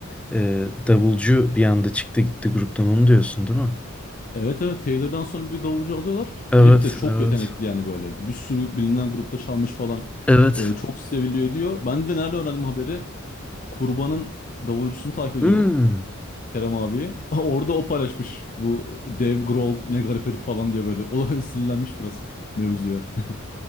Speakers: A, in the centre; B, on the left.
A: e, davulcu bir anda çıktı gitti gruptan onu diyorsun değil mi?
B: Evet evet Taylor'dan sonra bir davulcu alıyorlar.
A: Evet
B: Herif de çok
A: evet.
B: yetenekli yani böyle. Bir sürü bilinen grupta çalmış falan.
A: Evet.
B: E, çok seviliyor diyor. Ben de nerede öğrendim haberi? Kurban'ın davulcusunu takip ediyorum.
A: Hmm.
B: Kerem abiyi. <laughs> Orada o paylaşmış bu Dave Grohl ne garip herif falan diye böyle. O <laughs> sinirlenmiş biraz mevzuya. <laughs>